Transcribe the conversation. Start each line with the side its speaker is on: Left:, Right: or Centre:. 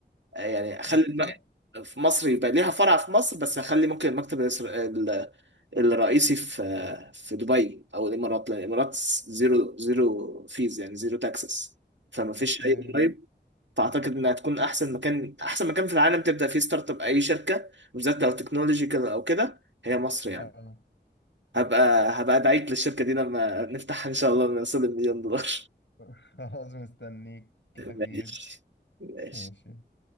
Right: يعني اخلي
Left: بس
Right: الم...
Left: انا
Right: في مصر يبقى ليها فرع في مصر بس هخلي ممكن المكتب الإسر... ال- الرئيسي في في دبي او الامارات لان الامارات زيرو زيرو فيز يعني زيرو تاكسس فما فيش
Left: اوكي
Right: اي ضرايب فاعتقد انها تكون احسن مكان احسن مكان في العالم تبدا فيه ستارت اب اي شركه بالذات لو تكنولوجيكال او كده هي مصر
Left: <laughs>
Right: يعني
Left: اه
Right: هبقى هبقى ادعيك للشركه دي لما نفتحها ان شاء الله لما نوصل المليون دولار
Left: خلاص مستنيك
Right: <laughs>
Left: اكيد
Right: ماشي ماشي
Left: ماشي